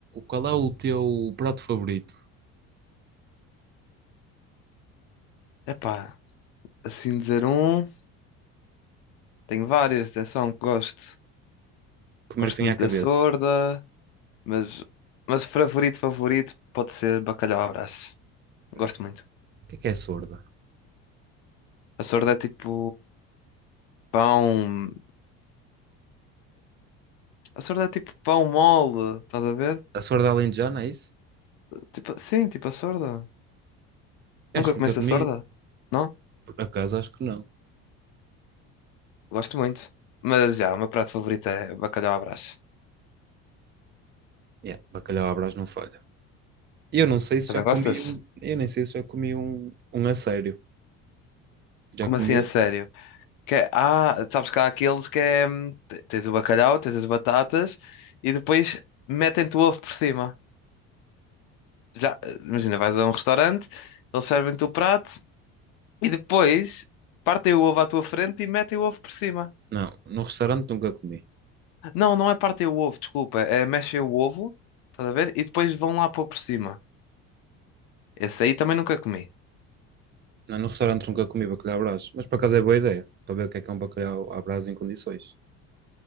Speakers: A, on the right; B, on the left.
A: Qual é o teu prato favorito?
B: Epá, assim dizer um, tenho várias, atenção, que gosto.
A: Primeiro
B: Gosto
A: que vem
B: muito
A: à cabeça.
B: da Sorda, mas, mas o favorito, favorito pode ser bacalhau à Brás.
A: Peraí,
B: Gosto muito.
A: o que é que é sorda?
B: A Sorda é tipo pão. A Sorda é tipo pão mole, estás a ver?
A: A sorda alentejana, é isso?
B: Tipo, sim, tipo a Sorda.
A: Eu
B: Nunca
A: acho que
B: comeste
A: nunca comi
B: a Sorda?
A: isso.
B: Não?
A: Por acaso, acho que não.
B: Gosto muito. Mas já, o meu prato favorito é bacalhau à Brás.
A: Yeah, bacalhau à Brás não falha. Eu não sei se
B: Também
A: já comi
B: gostas?
A: um... Eu nem sei se já comi um, um a sério. Já
B: Como
A: comi?
B: assim a sério? Que é- ah, sabes que há aqueles que é. hum, te- Tens o bacalhau, tens as batatas e depois metem-te o ovo por cima. Já, eh, imagina, vais a um restaurante, eles servem-te o prato e depois partem o ovo à tua frente e metem o ovo por cima.
A: Não, no restaurante nunca comi.
B: Não, não é partem o ovo, desculpa, é mexem o ovo, estás a ver? E depois vão lá pôr por cima. Esse aí também nunca comi.
A: Não, no restaurante nunca comi bacalhau à Brás. Mas por acaso é boa ideia. Para ver o que é que é um bacalhau à Brás em condições.